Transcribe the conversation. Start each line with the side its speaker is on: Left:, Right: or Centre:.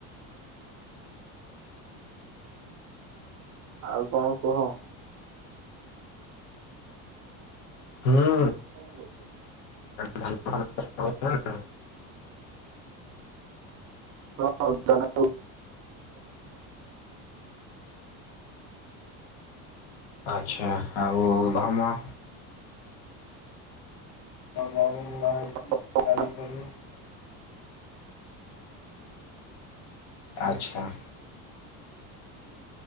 Right: ଆଉ କଣ କୁହ।
Left: ହୁଁ।
Right: ହଉ ହଉ।
Left: <inaudible>
Right: <unintelligible>
Left: ଆଚ୍ଛା ଆଉ ଭାମା <unintelligible>
Right: <unintelligible>
Left: <unintelligible> ଆଚ୍ଛା।